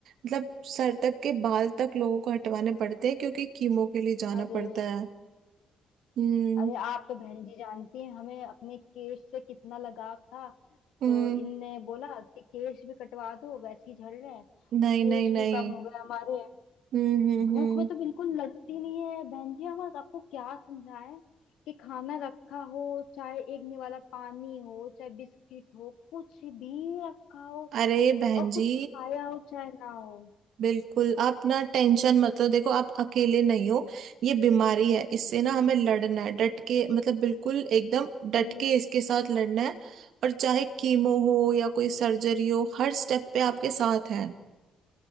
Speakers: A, on the right; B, on the left.
A: मतलब सर तक के बाल तक लोगों को हटवाने पड़ते हैं क्योंकि कीमो के लिए जाना
B: अरे
A: पड़ता है हम्म
B: अरे आप तो बहन जी जानती हैं हमें अपने केश से कितना लगाव था
A: हम्म
B: तो इनने बोला कि केश भी कटवा दो वैसे ही झड़ रहे हैं
A: नहीं
B: तो केश
A: नहीं नहीं
B: भी कम हो गए हमारे
A: हम्म हम्म
B: भूख
A: हम्म
B: में तो बिल्कुल लगती नहीं है बहन जी हम आपको क्या समझाएं कि खाना रखा हो चाहे एक निवाला पानी हो चाहे बिस्किट हो कुछ भी रखा हो
A: अरे बहन
B: और कुछ
A: जी
B: खाया हो चाहे ना हो
A: बिल्कुल आप ना टेंशन मत लो देखो आप अकेले नहीं हो ये बीमारी है इससे
B: जी
A: ना हमें
B: जी
A: लड़ना है डट के मतलब बिल्कुल एकदम डट
B: जी
A: के इसके साथ लड़ना है और चाहे
B: जी
A: कीमो हो या कोई सर्जरी हो हर स्टेप पे आपके साथ है